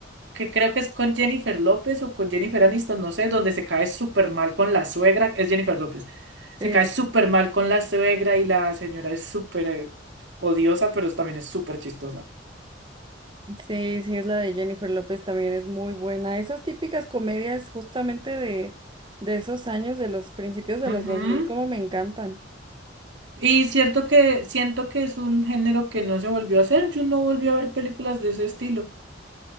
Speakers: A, on the right (about 75°); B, on the right (about 25°).
A: que creo que es con Jennifer López o con Jennifer Aniston, no sé, donde se cae súper mal con la suegra, es Jennifer López, se
B: Sí,
A: cae súper mal con la suegra y la señora es súper eh, odiosa, pero es- también es súper chistosa.
B: Sí, sí, es la de Jennifer López, también es muy buena. Esas típicas comedias justamente de, de esos años, de los principios de
A: Ujú.
B: los 2000 como me encantan.
A: Y cierto que siento que es un género que no se volvió a hacer, yo no volví a ver películas de ese estilo.